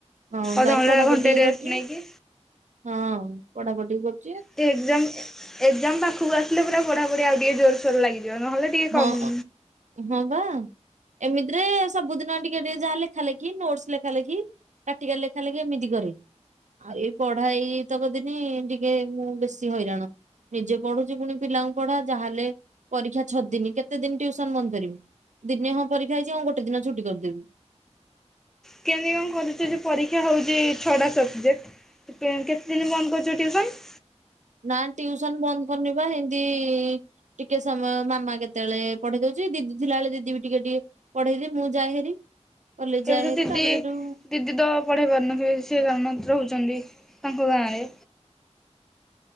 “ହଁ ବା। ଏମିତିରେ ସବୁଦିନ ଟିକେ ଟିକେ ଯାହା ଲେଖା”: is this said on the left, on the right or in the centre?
Right